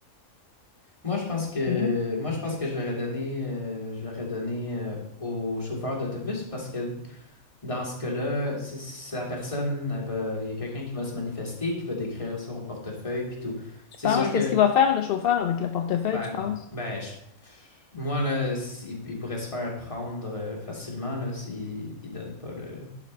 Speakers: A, on the left; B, on the left.
A: moi je pense que
B: Hmm.
A: moi je pense que je l'aurais donné euh, je l'aurais donné euh, au chauffeur d'autobus parce que dans ce cas-là, si, si la personne elle va, il y a quelqu'un qui va se manifester, qui va décrire son portefeuille puis tout.
B: Tu
A: C'est
B: penses,
A: sûr que
B: qu'est-ce qu'il va faire le chauffeur avec le portefeuille,
A: ben
B: tu penses?
A: non, ben je- moi là, si- il, pourrait se faire prendre euh, facilement là s'il il donne pas le